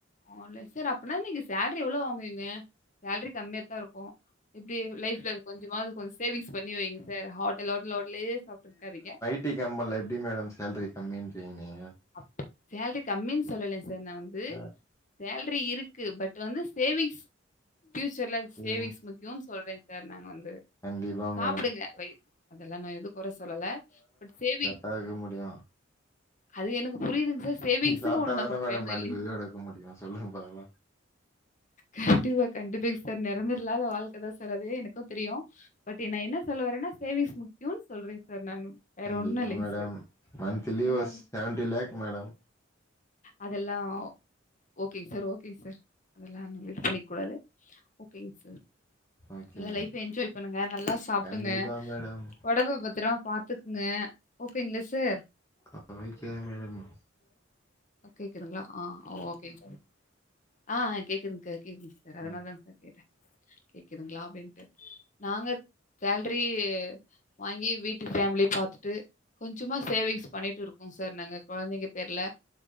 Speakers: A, on the left (about 40°); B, on the left (about 15°).
A: ஓ ஆன்லைன் சார் அப்டினா நீங்க சேலரி எவ்ளோ வாங்குவீங்க சேலரி கம்மியாத்தா இருக்கு இப்டி லைஃப்ல கொஞ்சமாது கொஞ்சோ சேவிங்ஸ் பண்ணி வைங்க சார் ஹோட்டல் ஹோட்டல் ஓட்டலேயே சாப்ட்டு இருக்காதீங்க
B: இட்லி ஜாம்பார்ல எப்டி மேடம் சேல்ரி கம்மின்றீங்க
A: அப் சேலரி கம்மினு சொல்லலங்க சார் நா வந்து
B: ஆ
A: சேல்ரி இருக்கு பட் வந்து சேவிங்ஸ் ஃபியூச்சர்ல சேவிங்ஸ்
B: ம்
A: கியூன்னு சொல்றேங் சார் நாங்க வந்து
B: கண்டிப்பா மேடம்
A: சாப்பிடுங்க வயிர் அதெல்லா நா எது குறை சொல்லல பட் சேவிங்
B: அதுக்கு முடியு
A: அது எனக்கு புரியுதுங்க சார் சேவிங்ஸ்ன்னு
B: சாப்ட்டாதான
A: ஒண்ணு நமக்கு
B: மேடம்
A: வேணும்
B: நாளைக்கி
A: இல்லைங்களா?
B: ஒரு இது எடுக்க முடியு சொல்லுங்க பாக்கலா
A: கண்டிப்பா கண்டிப்பாங் சார் நெரந்தர இல்லாத வாழ்க்கை தா சார் அதுவே எனக்கு தெரியு பட் நா என்ன சொல்ல வரேனா சேவிங்ஸ் முக்கியோனு சொல்றேங் சார் நானு வேற
B: கண்டிப்பா
A: ஒண்ணும் இல்லைங்க
B: மேடம்
A: சார்.
B: மந்த்லி
A: ஏன்னா
B: ஒஸ் செவண்ட்டி லேக் மேடம்
A: அதெல்லா ஓகேங் சார் ஓகேங் சார் அதெல்லா அவுங்களே பண்ணிக்க கூடாது ஓகேங் சார்
B: ஓகே
A: நல்லா
B: மேடம்
A: லைஃப்ப என்ஜாய் பண்ணுங்க நல்லா சாப்பிடுங்க
B: கண்டிப்பா மேடம்
A: ஒடம்ப பத்திரமா பாத்துக் ங்க ஓகேங்களா சார்
B: ஆ வைக்கிறேன் மேடமு
A: கேக்குதுங்களா ஆ ஓகேங் ம் ஆ கேக்குதுங்க கேக்குதுங்க சார் அதனாலதாங்
B: ஆ
A: சார் கேட்டே கேக்குதுங்களா அப்டின்ட்டு நாங்க சேல்ரி வாங்கி வீட்டு ஃபேமிலிய பாத்துட்டு கொஞ்சமா சேவிங்ஸ் பண்ணிட்டு இருக்கோ சார் நாங்க கொழந்தைங்க பேர்ல